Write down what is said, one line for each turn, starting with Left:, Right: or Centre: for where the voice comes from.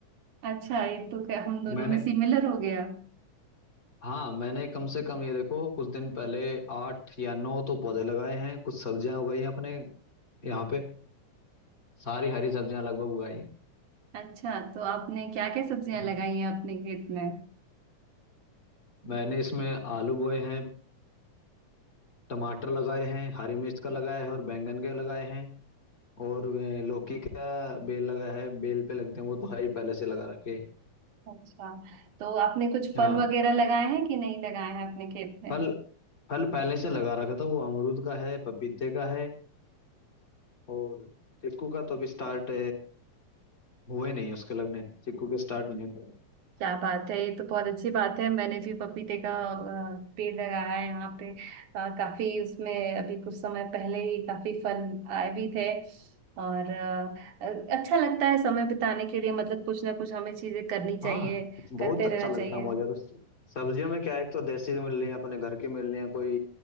Right: अच्छा ये तो क्या हम दोनों
Left: मैंने
Right: में सिमिलर हो गया
Left: हाँ मैंने कम से कम ये देखो कुछ दिन पहले आठ या नौ तो पौधे लगाए हैं कुछ सब्जियां उगाई हैं अपने यहाँ पे सारी हरी सब्जियां लगभग उगाई हैं।
Right: अच्छा तो आपने क्या क्या सब्जियां
Left: हाँ,
Right: लगाई हैं अपने खेत में
Left: मैंने इसमें आलू बोए हैं टमाटर लगाए हैं हरी मिर्च का लगाया है और बैंगन के लगाए हैं और अ, लौकी का बेल लगा है बेल पे लगते हैं वो तो है ही पहले से लगा रखे
Right: अच्छा तो आपने कुछ
Left: हाँ
Right: फल वगैरह लगाए हैं कि नहीं लगाए हैं अपने खेत में
Left: फल फल पहले से लगा रखा था वो अमरूद का है पपीते का है और चिक्कू का तो अभी स्टार्ट हुए नहीं उसके लगने चिक्कू के स्टार्ट नहीं हुए।
Right: क्या बात है ये तो बहुत अच्छी बात है मैंने भी पपीते का अ, पेड़ लगाया है यहाँ पे अ, काफी उसमें अभी कुछ समय पहले ही काफी फल आए भी थे और अ, अ, अच्छा लगता है समय बिताने के लिए मतलब कुछ ना कुछ हमें चीजें करनी चाहिए
Left: हाँ बहुत
Right: करते
Left: अच्छा
Right: रहना
Left: लगता
Right: चाहिए
Left: है मुझे तो सब्जियों में क्या है एक तो देसी मिल रही है अपने घर की मिल रही है कोई